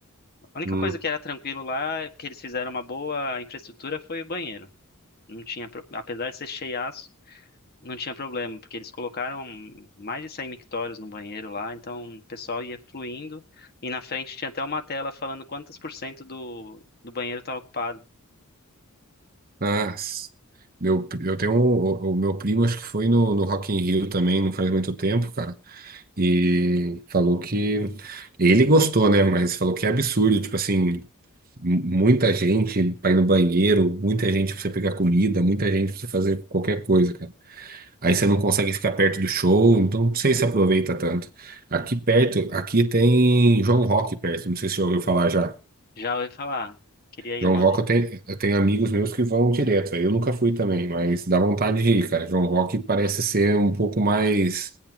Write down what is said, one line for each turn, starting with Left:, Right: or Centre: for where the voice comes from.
Left: A única
Right: Hum.
Left: coisa que era tranquilo lá, que eles fizeram uma boa infraestrutura, foi o banheiro. Não tinha, pro- apesar de ser cheiaço, não tinha problema, porque eles colocaram mais de 100 mictórios no banheiro lá, então o pessoal ia fluindo e na frente tinha até uma tela falando quantos por cento do, do banheiro estava ocupado.
Right: Ah, s- meu, pri- eu tenho um, o, o meu primo, acho que foi no, no Rock in Rio também, não faz muito tempo, cara. E falou que ele gostou, né? Mas falou que é absurdo, tipo assim. M- Muita gente pra ir no banheiro, muita gente pra você pegar comida, muita gente pra você fazer qualquer coisa, cara. Aí você não consegue ficar perto do show, então não sei se aproveita tanto. Aqui perto, aqui tem João Rock perto, não sei se você já ouviu falar já.
Left: Já ouvi falar, queria ir
Right: João
Left: uma
Right: Rock
Left: vez.
Right: eu tenho, eu tenho amigos meus que vão direto, aí eu nunca fui também, mas dá vontade de ir, cara. João Rock parece ser um pouco mais,